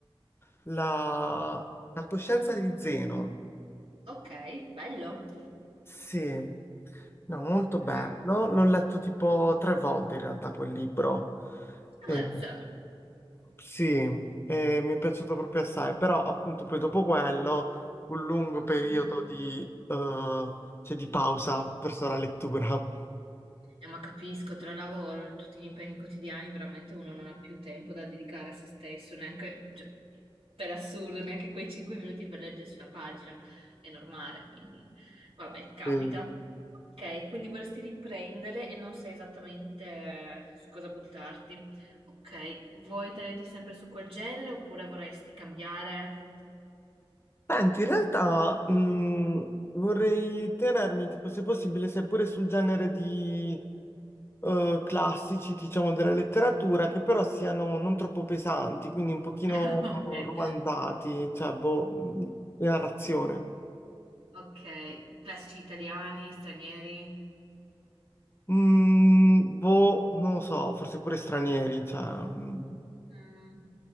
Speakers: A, on the left; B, on the right.
A: eh, la, la coscienza di Zeno.
B: Ok, bello.
A: Sì, no, molto bello.
B: Ok.
A: L'ho letto tipo tre volte in realtà quel libro. Eh,
B: Ammazza.
A: sì, eh, mi è piaciuto proprio assai, però appunto poi dopo quello un lungo periodo
B: Mm.
A: di, eh, cioè, di pausa verso la lettura.
B: Eh, ma capisco, tra lavoro, e tutti gli impegni quotidiani, veramente uno non ha più tempo da dedicare a se stesso, neanche, cioè, per assurdo, neanche quei 5 minuti per leggersi una pagina, è normale, quindi vabbè, capita.
A: Sì.
B: Ok, quindi vorresti riprendere e non sai esattamente eh, su cosa buttarti. Ok, vuoi tenerti sempre su quel genere oppure vorresti cambiare?
A: Senti, in realtà mh, vorrei tenermi, tipo, se possibile, seppure sul genere di eh, classici, diciamo, della letteratura, che però siano non troppo pesanti, quindi un pochino
B: <laughs> Ok,
A: romanzati, cioè, boh, mh, di narrazione.
B: ok, classici italiani, stranieri?
A: Mm, boh, non lo so, forse pure stranieri, cioè, mh,
B: Mm.